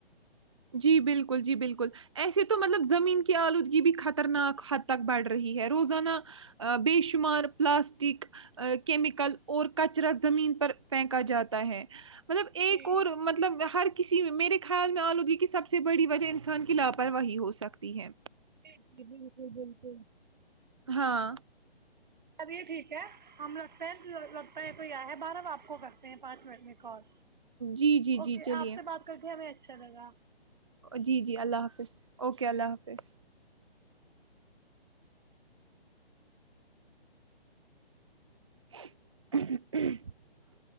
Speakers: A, on the right; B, on the right.
A: جی بالکل جی بالکل ایسے تو مطلب زمین کی آلودگی بھی خطرناک حد تک بڑھ رہی ہے روزانہ بے شمار پلاسٹک کیمیکل اور کچرا زمین پر پنکا جاتا ہے مطلب ایک
B: جی
A: اور مطلب ہر کسی میرے خیال میں آلو د سب سے بڑی وجہ انسان کی لاپرواہی ہو سکتی ہے
B: جی جی بالکل بالکل
A: ہاں
B: چب یہے ٹھیک ہے ہم رکھ سینٹ لگتا ہے کوئی آیا ہے بارہ ب آ کو کرتے ہیں پانچ منٹ میں کال
A: جی جی
B: اوکے
A: جی چلیے
B: آپ سے بات کر کے ہمیں چل گا
A: جی جی اللہ حافظ اوکے اللہ حافظ <inaudible>